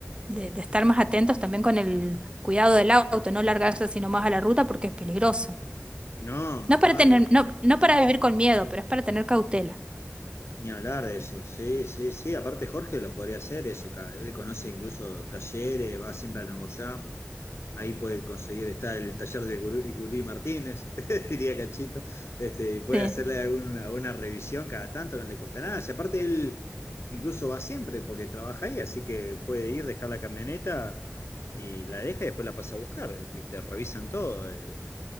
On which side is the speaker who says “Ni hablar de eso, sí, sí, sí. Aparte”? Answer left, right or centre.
Left